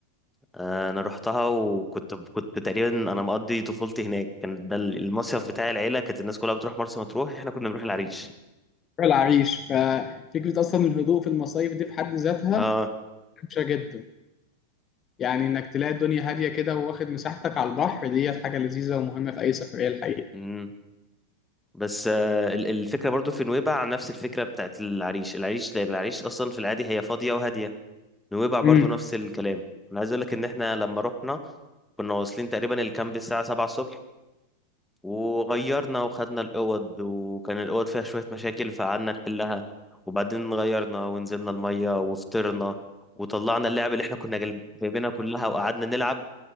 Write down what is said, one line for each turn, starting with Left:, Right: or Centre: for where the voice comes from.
Centre: آه، أنا رحتها وكنت كنت تقريبا أنا مقضي طفولتي هناك كان ده المصيف بتاع العيلة كانت الناس كلها بتروح مرسى مطروح إحنا كنا بنروح العريش
Left: روح العريش ففكره اصلا الهدوء في المصايف دي في حد ذاتها
Centre: اه
Left: ممشى جدا يعني انك تلاقي الدنيا هاديه كده واخد مساحتك على البحر ديت حاجه لذيذه ومهمه في اي سفريه الحقيقه
Centre: امم بس آه، ال- الفكرة برضو في نويبع نفس الفكرة بتاعت العريش العريش لأن العريش أصلا في العادي هي فاضية وهادية نويبع برضو
Left: امم
Centre: نفس الكلام انا عايز اقول لك ان احنا لما رحنا كنا واصلين تقريبا الكامب الساعه 7 الصبح وغيرنا وخدنا الاوض وكان الاوض فيها شويه مشاكل فقعدنا نحلها وبعدين غيرنا ونزلنا الميه وفطرنا وطلعنا اللعب اللي احنا كنا جايب- جايبينها كلها وقعدنا نلعب